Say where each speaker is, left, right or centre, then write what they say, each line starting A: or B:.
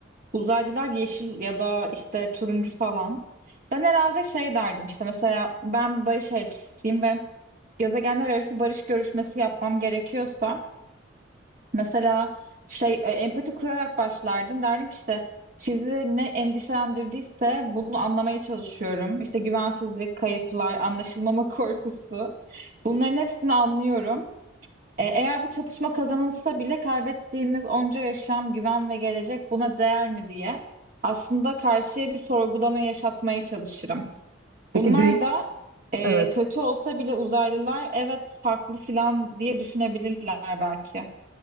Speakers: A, on the right; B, on the right.
A: uzaylılar yeşil ya da işte turuncu falan. Ben herhalde şey derdim işte mesela ben barış elçisiyim ve gezegenler arası barış görüşmesi yapmam gerekiyorsa mesela şey e, empati kurarak başlardım. Derdim ki işte sizi ne endişelendirdiyse bunu anlamaya çalışıyorum. İşte güvensizlik, kayıplar, anlaşılmama <laughs> korkusu. Bunların hepsini anlıyorum. E, eğer bu çatışma kazanılsa bile kaybettiğimiz onca yaşam, güven ve gelecek buna değer mi diye aslında karşıya bir sorgulama yaşatmaya çalışırım.
B: Peki
A: Bunlar
B: dü-
A: da e,
B: evet.
A: kötü olsa bile uzaylılar evet haklı filan diye düşünebilirler belki.